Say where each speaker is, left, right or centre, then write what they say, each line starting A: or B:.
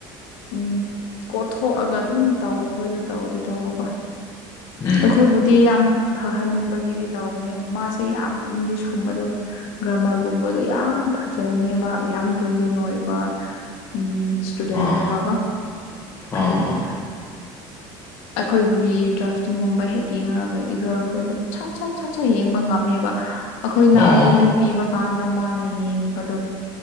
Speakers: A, on the left (about 75°); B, on the left (about 25°).
A: ꯎꯝ ꯀꯣꯊꯣꯛꯑꯒ ꯑꯗꯨꯝ ꯇꯧꯕ ꯈꯣꯏꯗꯣ ꯇꯧꯗꯤ ꯇꯧꯕꯀꯣ
B: ꯎꯝ
A: ꯑꯩꯈꯣꯏꯕꯨꯗꯤ ꯌꯥꯝ ꯐꯍꯟꯅꯤꯡꯕꯒꯤꯗꯤ ꯇꯧꯕꯅꯦ ꯃꯥꯁꯦ ꯌꯥꯝ ꯏꯪꯂꯤꯁꯀꯨꯝꯕꯗꯣ ꯒ꯭ꯔꯥꯃꯔꯒꯨꯝꯕꯗꯣ ꯌꯥꯝ ꯐꯖꯕꯅꯦꯕ ꯌꯥꯝ ꯕ꯭ꯔꯤꯂꯤꯟ ꯑꯣꯏꯕ ꯎꯝ ꯇꯨꯗꯦꯟꯅꯦꯕꯀꯣ
B: ꯑꯥ ꯑꯣ
A: ꯑꯗꯒꯤ ꯑꯩꯈꯣꯏꯒꯤ ꯗ꯭ꯔꯥꯐꯇꯤꯡꯒꯨꯝꯕ ꯍꯦꯛ ꯌꯦꯡꯉꯨꯔꯒ ꯏꯔꯥꯈꯣꯏꯗꯣ ꯁꯠ ꯁꯠ ꯁꯠ ꯁꯠ ꯌꯦꯡꯕ ꯉꯝꯃꯦꯕ ꯑꯩꯈꯣꯏꯅ
B: ꯑꯣ
A: ꯑꯥꯔꯒꯨꯃꯦꯟ ꯄꯤꯕ ꯀꯥꯟꯗ ꯃꯥꯅ ꯌꯦꯡꯕꯗꯣ